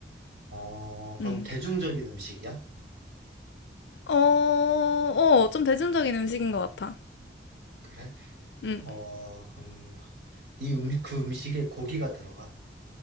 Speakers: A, on the right; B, on the left.
A: 어,
B: 음.
A: 그럼 대중적인 음식이야?
B: 어, 어, 좀 대중적인 음식인 것 같아.
A: 그래?
B: 음.
A: 어, 그럼 이 음, 그 음식에 고기가 들어가?